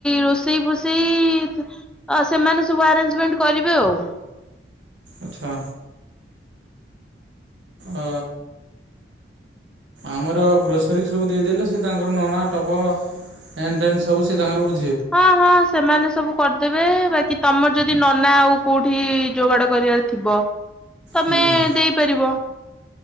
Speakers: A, in the centre; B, on the right.
A: ରୋଷେଇ ସେଇ ଫୋସେଇ ଆ ସେମାନେ ସବୁ ଆରେଞ୍ଜମେଣ୍ଟ କରିବେ ଆଉ।
B: ଆଛା। ଅ ଆମର ଗ୍ରୋସରୀ ସବୁ ଦେଇଦେଲେ ସିଏ ତାଙ୍କର ନନା ଟପ ହେନ୍ ଦେନ୍ ସବୁ ସିଏ ତାଙ୍କର ବୁ
A: ହଁ ହଁ ସେମାନେ ସବୁ କରିଦେବେ ବାକି ତମର ଯଦି ନନା ଆଉ କୋଉଠି ଯୋଗାଡ କରିବାର ଥିବ ତମେ
B: ହୁଁ।
A: ଦେଇପାରିବ।